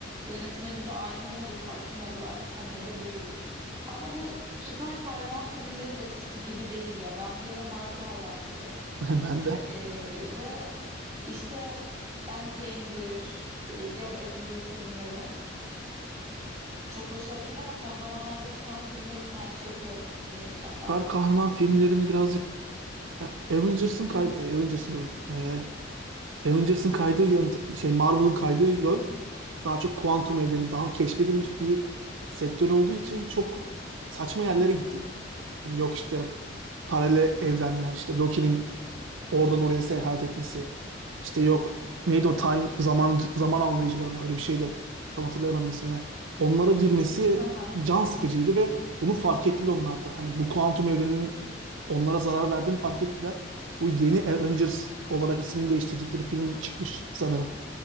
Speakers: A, on the right; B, on the right.
A: Yönetmeni de aynı mı olur farklı mı olur artık onları da görürüz. Ama bu süper kahraman filmleri de eskisi gibi değil ya. Ben bir ara Marvel hayranıydım.
B: <laughs> Ben de.
A: Ee, ve işte Endgame'dir, e, diğer Avenger filmleri çok başarılıydı ama son zamanlarda çıkan filmler için aynı şeyi söyleyemeyeceğim galiba.
B: Süper kahraman filmlerini birazcık e, Avengers'ın kaydı e, Avengers'ın diyorum. Ee, Avengers'ın kaydığı yön şey Marvel'ın kaydığı yön daha çok kuantum evreni, daha keşfedilmiş bir sektör olduğu için çok saçma yerlere gittiler. Hani yok işte paralel evrenler, işte Loki'nin oradan oraya seyahat etmesi, işte yok neydi o time zaman zaman avlayıcıları mı öyle bir şeydi. Tam hatırlayamadım ismini. Onlara girmesi
A: Hı hı.
B: can sıkıcıydı ve bunu fark ettiler onlar da. Hani bu kuantum evrenin onlara zarar verdiğini fark ettiler. Bu yeni Avengers olarak ismini değiştirdikleri film çıkmış sanırım.